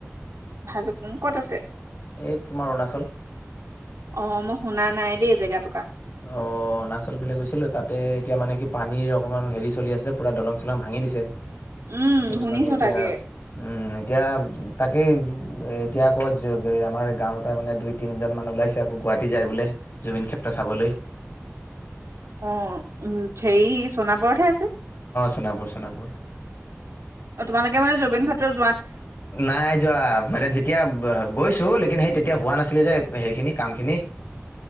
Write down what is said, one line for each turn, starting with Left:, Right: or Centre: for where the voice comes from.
Right: ভালুকপুং ক'ত আছে?
Left: এই তোমাৰ অৰুণাচল
Right: অ' মই শুনা নাই নাই দেই জেগা টুকা
Left: অ' অৰুণাচল ফালে গৈছিলো। তাতে এতিয়া মানে কি পানীৰ অকমান হেৰি চলি আছে যে, পুৰা দলং-চলং ভাঙি দিছে।
Right: উম
Left: সেইটোকাৰণে
Right: শুনিছো
Left: এতিয়া,
Right: তাকে
Left: উম। এতিয়া তাকেই, এতিয়া আকৌ আমাৰ গাঁৱৰ পৰাই মানে দুই-তিনিজন মান ওলাইছে আকৌ‌। গুৱাহাটী যায় বোলে, জুবিনক্ষেত্ৰ চাবলৈ
Right: অ' উ হেৰি সোনাপুৰতহে আছে।
Left: সোনাপুৰ সোনাপুৰ।
Right: অ' তোমালোকে মানে জুবিনক্ষেত্ৰ।
Left: নাই যোৱা। মানে যেতিয়া গৈছো কিন্তু সেই তেতিয়া হোৱা নাছিলে যে, সেইখিনি কামখিনি